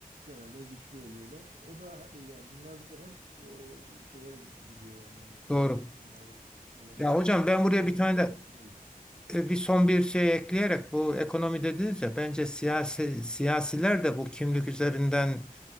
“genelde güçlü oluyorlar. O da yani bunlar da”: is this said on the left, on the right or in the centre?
Right